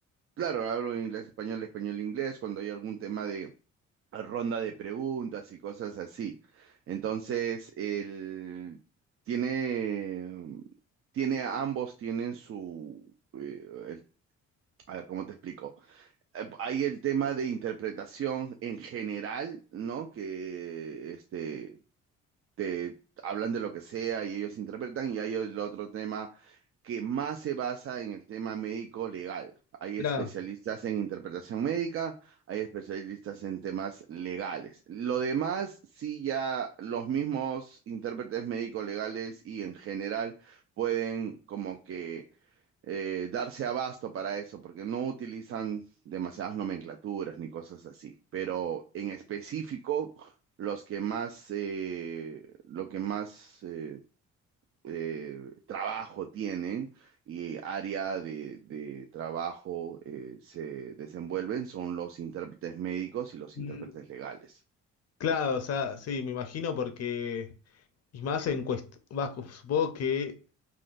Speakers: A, on the right (about 45°); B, on the left (about 55°).
A: Claro, hablo inglés, español, español, inglés, cuando hay algún tema de ronda de preguntas y cosas así. Entonces, el tiene, tiene, ambos tienen su, eh, el- a ver, ¿cómo te explico? Eh, Hay el tema de interpretación en general, ¿no? Que, este, te hablan de lo que sea y ellos interpretan, y hay el otro tema que más se basa en el tema médico legal. Hay
B: Claro.
A: especialistas en interpretación médica, hay especialistas en temas legales. Lo demás, sí, ya los mismos intérpretes médico legales y en general pueden como que eh, darse abasto para eso, porque no utilizan demasiadas nomenclaturas ni cosas así. Pero en específico, los que más, eh, lo que más eh, eh, trabajo tienen y área de, de trabajo eh, se desenvuelven son los intérpretes médicos y los
B: Mm,
A: intérpretes legales.
B: Claro, o sea, sí, me imagino porque, y más en cuestión, supongo que,